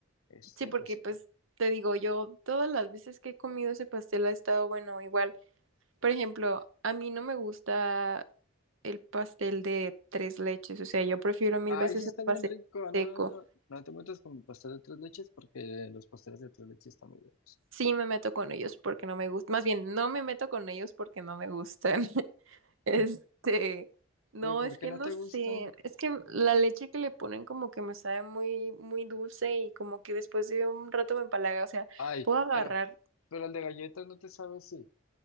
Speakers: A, on the left (about 80°); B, on the right (about 70°).
A: este,
B: Sí, porque
A: pues,
B: pues te digo, yo todas las veces que he comido ese pastel ha estado bueno, igual. Por ejemplo, a mí no me gusta el pastel de tres leches, o sea, yo prefiero mil
A: ay,
B: veces
A: sí está
B: el
A: bien
B: pastel
A: rico, no,
B: seco.
A: no, no, no te metas con pastel de tres leches porque los pasteles de tres leches están muy buenos.
B: Sí me meto con ellos porque no me gusta, más bien no me meto con ellos porque no me gustan. <laughs> Este, no,
A: ¿Pero por
B: es
A: qué
B: que
A: no
B: no
A: te
B: sé,
A: gusta?
B: es que la leche que le ponen como que me sabe muy, muy dulce y como que después de un rato me empalaga, o sea,
A: Ay,
B: puedo agarrar
A: pero, pero el de galletas no te sabe así.